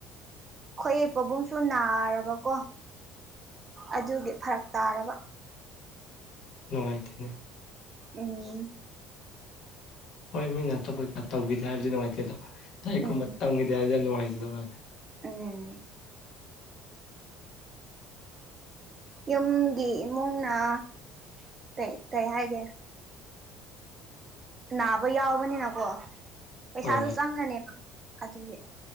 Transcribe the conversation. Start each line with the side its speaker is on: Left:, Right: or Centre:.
Right: ꯈꯣꯌꯦ ꯄꯥꯕꯨꯡꯁꯨ ꯅꯥꯔꯕꯀꯣ ꯑꯗꯨꯒꯤ ꯐꯔꯛ ꯇꯥꯔꯕ
Left: ꯅꯨꯡꯉꯥꯏꯇꯦꯅꯦ
Right: ꯎꯝ
Left: ꯍꯣꯏ ꯃꯤꯅ ꯑꯇꯣꯞꯄ ꯀꯩꯀ ꯇꯧꯈꯤꯗꯦ ꯍꯥꯏꯕꯗꯤ ꯅꯨꯡꯉꯥꯏꯇꯦ ꯑꯗꯣ ꯂꯥꯏꯔꯤꯛꯀꯨꯝꯕ
Right: ꯎꯝ
Left: ꯇꯝꯒꯤꯗꯦ ꯍꯥꯏꯕꯁꯤ ꯌꯥꯝ ꯅꯨꯡꯉꯥꯏꯖꯗꯕ ꯍꯥꯏꯇ <inaudible>
Right: ꯎꯝ ꯌꯨꯝꯒꯤ ꯏꯃꯨꯡꯅꯩ ꯀꯩ ꯍꯥꯏꯒꯦ ꯅꯥꯕ ꯌꯥꯎꯕꯅꯤꯅꯀꯣ ꯄꯩꯁꯥꯁꯨ
Left: ꯍꯣꯏ ꯍꯣꯏ
Right: ꯆꯪꯒꯅꯦꯕ ꯑꯗꯨꯒꯤ